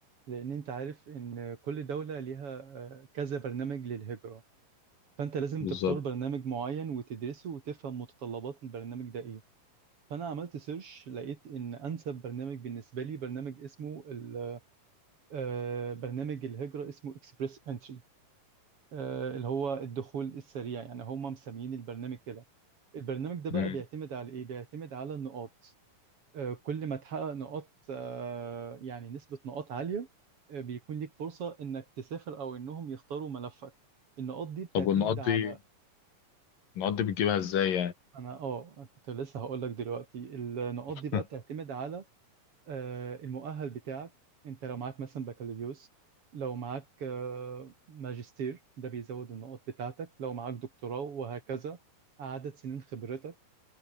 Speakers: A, on the right; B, on the left.
A: لان انت عارف ان كل دولة ليها آه، كذا برنامج للهجرة فانت لازم
B: بالظبط
A: تختار برنامج معين وتدرسه وتفهم متطلبات البرنامج ده ايه فانا عملت سيرش لقيت ان انسب برنامج بالنسبة لي برنامج اسمه ال- آه، برنامج الهجرة اسمه اكسبريس انتري آه، اللي هو الدخول السريع يعني هم مسميين البرنامج كده البرنامج ده بقى
B: امم
A: بيعتمد على ايه بيعتمد على النقاط آه، كل ما تحقق نقاط آه، يعني نسبة نقاط عالية آه، بيكون ليك فرصة انك تسافر او انهم يختاروا ملفك النقاط دي بتعتمد
B: طب والنقط
A: على
B: دي النقط دي بتجيبها ازاي يعني
A: انا اه كنت لسه هقول لك دلوقتي النقاط
B: <laughs>
A: دي بقى بتعتمد على آه، المؤهل بتاعك انت لو معاك مثلا بكالوريوس لو معاك آه، ماجستير ده بيزود النقاط بتاعتك لو معاك دكتوراه وهكذا عدد سنين خبرتك